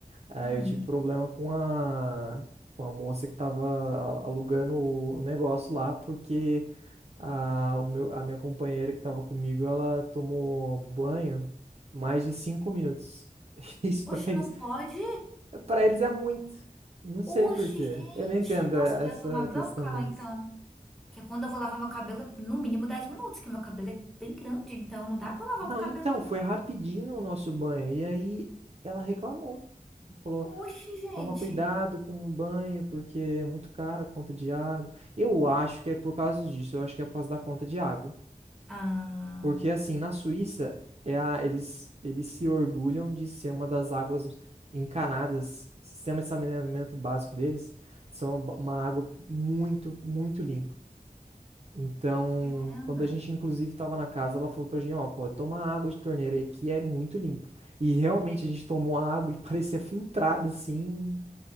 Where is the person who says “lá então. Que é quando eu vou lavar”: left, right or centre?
Centre